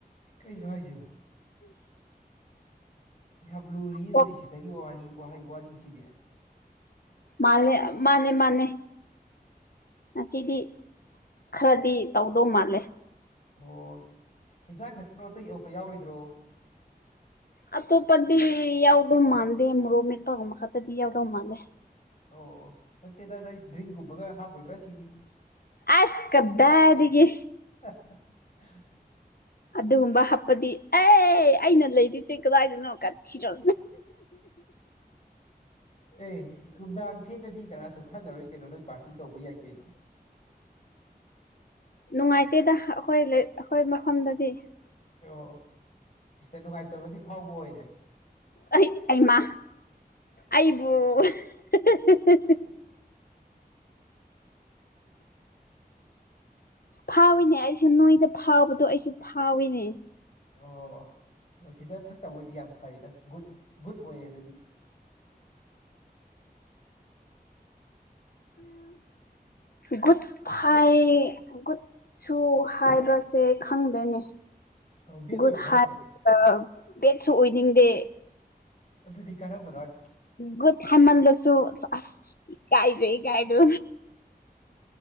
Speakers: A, on the left (about 45°); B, on the left (about 65°).
A: ꯀꯩꯅꯣ ꯍꯥꯏꯁꯤꯕꯣ ꯌꯥꯝ ꯂꯨꯔꯤ ꯑꯗꯨꯗꯤ
B: ꯑꯣ
A: ꯁꯤꯁꯇꯔꯒꯤ ꯋꯥꯔꯤ ꯋꯥꯍꯩ‌‌‌‌‌‌ ꯋꯥꯔꯤꯁꯤꯗꯤ
B: ꯃꯥꯂꯦ ꯃꯥꯅꯦ ꯃꯥꯅꯦ ꯉꯁꯤꯗꯤ ꯈꯔꯗꯤ ꯇꯧꯗꯧ ꯃꯥꯜꯂꯦ
A: ꯍꯣꯏꯁ ꯏꯟꯁꯥꯡ ꯈꯛꯇꯔꯣ ꯑꯇ ꯌꯔꯛꯄ ꯌꯥꯎꯔꯣꯏꯗ꯭ꯔꯣ
B: ꯑꯠꯇꯣꯄꯗꯤ ꯌꯥꯎꯗꯣ ꯃꯥꯥꯟꯗꯦ ꯃꯔꯣꯃꯤꯠꯄ ꯃꯈꯥ ꯇꯗꯤ ꯌꯥꯎꯗꯧ ꯃꯥꯂꯦ
A: ꯑꯣ ꯑꯣ ꯅꯠꯇꯦꯗꯥ‌ ꯅꯣꯏ ꯗ꯭ꯔꯤꯡꯒꯨꯝꯕꯒ ꯍꯥꯞꯄꯣꯏꯗ꯭ꯔꯥ ꯁꯤ
B: ꯑꯁ ꯀꯗꯥꯗꯒꯤ
A: <unintelligible>
B: ꯑꯗꯨꯒꯨꯝꯕ ꯍꯥꯞꯄꯗꯤ ꯑꯦ ꯑꯩꯅ ꯂꯩꯔꯤꯨꯁꯦ ꯀꯗꯥꯏꯗꯅꯣ ꯀꯠ ꯊꯤꯔꯣ
A: ꯑꯦ ꯅꯨꯛꯗꯥꯡ ꯊꯦꯛꯑꯗꯤ ꯀꯅꯥꯁꯨ ꯈꯪꯉꯔꯣꯏ ꯀꯩꯅꯣ ꯅꯣꯏ ꯄꯥꯔꯇꯤ ꯇꯧꯕ ꯌꯥꯏ ꯀꯩꯅꯣ
B: ꯅꯨꯡꯉꯥꯏꯇꯦꯗ ꯑꯩꯈꯣꯏ ꯑꯩꯈꯣꯏ ꯃꯐꯝꯗꯗꯤ
A: ꯑꯣ ꯑꯣ ꯁꯤꯁꯇ ꯅꯨꯡꯉꯥꯏꯇꯕꯗꯤ ꯐꯥꯎꯕ ꯑꯣꯏꯔꯦ
B: ꯑꯩ ꯑꯩꯃ ꯑꯩꯕꯨ <unintelligible> ꯐꯥꯎꯏꯤꯅꯦ ꯑꯩꯁꯨ ꯅꯣꯏꯗ ꯐꯥꯎꯕꯗꯣ ꯑꯩꯁꯨ ꯐꯥꯎꯏꯅꯦ
A: ꯑꯣ ꯁꯤꯁꯇ ꯊꯛꯇꯕ‌‌ ꯑꯣꯏꯗꯤ ꯌꯥꯝ ꯐꯩꯗ ꯒꯨꯗ ꯒꯨꯗ ꯑꯣꯏꯔꯦ ꯑꯗꯨꯗꯤ <inaudible>
B: ꯒꯨꯗ‌ ꯐꯥꯏ‌ꯒꯨꯗ ꯁꯨ ꯍꯥꯏꯕꯁꯦ ꯈꯪꯗꯦꯅꯦ
A: ꯑꯣ ꯕꯦꯠ ꯑꯣꯏꯕ꯭ꯔꯣ
B: ꯒꯨꯗ
A: ꯍꯥꯏꯁꯦ
B: ꯍꯥꯏꯕ ꯕꯦꯠꯁꯨ ꯑꯣꯏꯅꯤꯡꯗꯦ
A: ꯑꯗꯨꯗꯤ ꯀꯔꯝꯕꯅꯣ
B: ꯒꯨꯗ ‌‌ꯍꯥꯏꯃꯟꯂꯁꯨ‌ ꯏꯀꯥꯏꯖꯩ‌‌‌‌‌‌‌‌ꯀꯥꯏꯗꯣ